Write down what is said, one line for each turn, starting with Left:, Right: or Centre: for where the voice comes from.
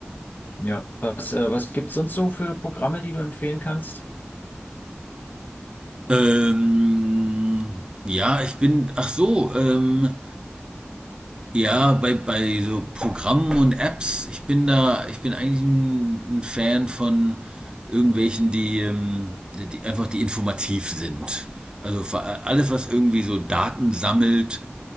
Left: Ja. Was, äh, was gibt's sonst so für Programme, die du empfehlen kannst?
Right: Ähm, ja, ich bin, ach so, ähm, Ja, bei, bei so Programmen und Apps, ich bin da, ich bin eigentlich ein, ein Fan von irgendwelchen, die, ähm, die einfach die informativ sind. Also vor- alles, was irgendwie so Daten sammelt